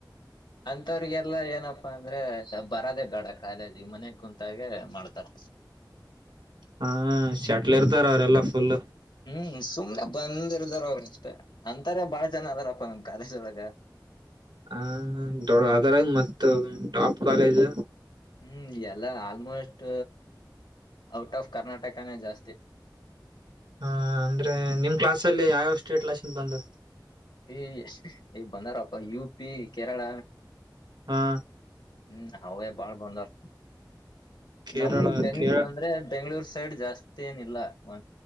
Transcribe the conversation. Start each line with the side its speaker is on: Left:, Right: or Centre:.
Left: ಮತ್ತವ್ರಿಗೆಲ್ಲ ಏನಪ್ಪಾ ಅಂದ್ರೆ ಬರದೇ ಬೇಡ ಕಾಲೇಜಿಗೆ ಮನೆ ಕುಂತಾಗೆ ಮಾಡತ ತ
Right: ಹಾ ಶಟ್ಲ್ ಇರ್ತಾರ ಅವ್ರೆಲ್ಲಾ ಫುಲ್
Left: ಹ್ಮ್ ಸುಮ್ನೆ ಬಂದಿರ್ದಾರ ಅವರುಷ್ಟ ಅಂತಾರೆ ಬಾಳ ಜನ ಅದಾರಪ್ಪ ನಿಮ ಕಾಲೇಜ್ ಒಳಗ
Right: ಹ ದೊಡ್ಡ ಅದರಾಗ ಮತ್ತ ಟಾಪ್ ಕಾಲೇಜ್
Left: ಹ್ಮ್ ಎಲ್ಲ ಆಲ್ಮೋಸ್ಟ್ ಔಟ್ ಆಫ್ ಕರ್ನಾಟಕನೇ ಜಾಸ್ತಿ
Right: ಹ ಅಂದ್ರೆ ನಿಮ ಕ್ಲಾಸಲ್ಲಿ ಯಾವಾವಷ್ಟೇ ಕ್ಲಾಸ್ ಬಂದು
Left: ಈ ಬಂದಾರಪ್ಪ ಯು ಪಿ ಕೇರಳ
Right: ಹಾ
Left: ಹ್ಮ್ ಅವೇ ಬಾಳ್ ಬಂದಾರ
Right: ಕೇರಳ
Left: ನಮ ಬೆಂಗ್
Right: ಕೇಳ
Left: ಅಂದ್ರೆ ಬೆಂಗಳೂರು ಸೈಡ್ ಜಾಸ್ತಿ ಏನ ಇಲ್ಲ ಒ